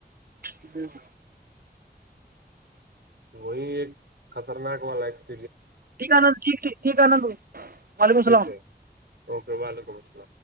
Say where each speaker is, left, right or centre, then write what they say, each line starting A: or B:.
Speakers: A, on the right; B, on the right.
A: جی ج
B: وہی ایک خطرناک والا ایک
A: ٹھیک آند ٹھیکیک ٹھیک آند وعلیکم
B: ٹھیک
A: اللام
B: ہے اوکے وعلیکم السلام